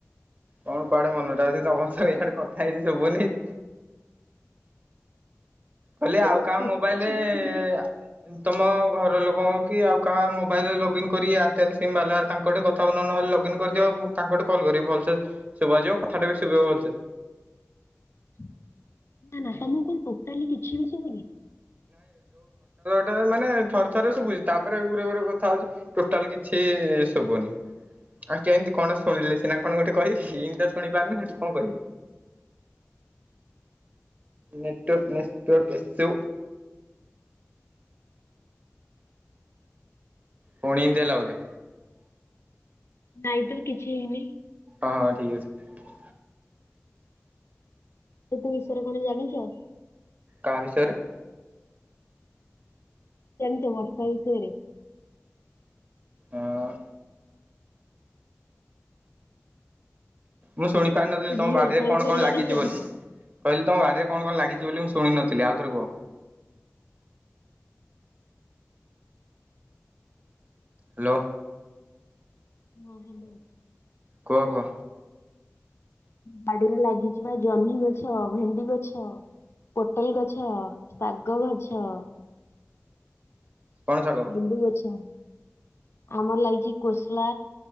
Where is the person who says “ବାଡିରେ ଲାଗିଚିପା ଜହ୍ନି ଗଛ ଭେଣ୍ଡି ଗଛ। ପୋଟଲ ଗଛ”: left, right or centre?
Left